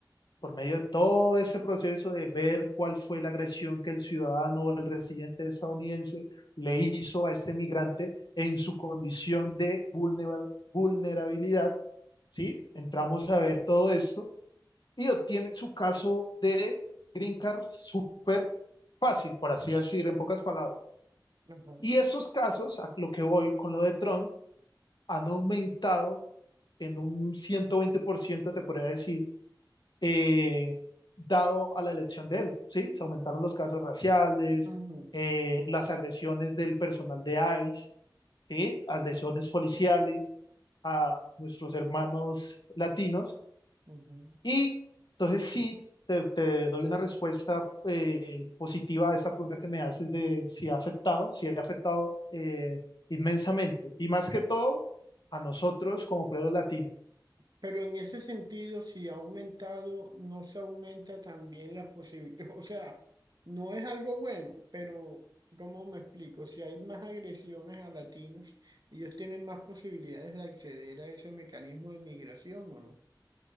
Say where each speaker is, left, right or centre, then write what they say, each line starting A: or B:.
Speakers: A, on the left (about 65°); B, on the right (about 55°).
A: por medio de todo ese proceso de ver cuál fue la agresión que el ciudadano o el residente estadounidense le hizo a este migrante en su condición de vulnera- vulnerabilidad, ¿sí? Entramos a ver todo esto y obtienen su caso de green card súper fácil, por así decir, en pocas palabras.
B: ajá
A: Y esos casos, a lo que voy con lo de Trump, han aumentado en un 120%, te podría decir, eh, dado a la elección de él, ¿sí? Se aumentaron los casos raciales,
B: ujú.
A: eh, las agresiones del personal de ICE, ¿sí? Agresiones policiales a nuestros hermanos latinos.
B: ujú.
A: Y entonces sí, te, te doy una respuesta eh, positiva a esa pregunta que me haces de si ha afectado, si ha afectado eh, inmensamente. Y más que todo, a nosotros como pueblo latino.
B: Pero en ese sentido, si ha aumentado, no se aumenta también las posibilidades. <laughs> O sea, no es algo bueno, pero ¿cómo me explico? Si hay más agresiones a latinos, ellos tienen más posibilidades de acceder a ese mecanismo de migración, ¿o no?